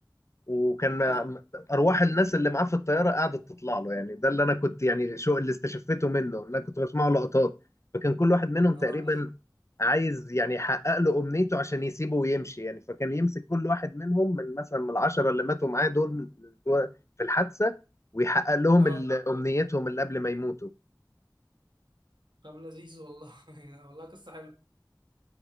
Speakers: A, on the left (about 40°); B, on the right (about 80°).
A: وكان
B: اه
A: م- ارواح الناس اللي معاه في الطياره قعدت تطلع له يعني ده اللي انا كنت يعني شو اللي استشفيته منه إن انا كنت بسمعه لقطات فكان كل واحد منهم
B: اه
A: تقريبا
B: ده
A: عايز يعني يحقق له امنيته عشان يسيبه ويمشي يعني فكان يمسك كل واحد منهم من مثلا من العشره اللي ماتوا معاه دول في الحادثه ويحقق لهم
B: اه
A: ال- امنيتهم اللي قبل ما يموتوا
B: طب لذيذ والله <laughs> والله قصه حلوه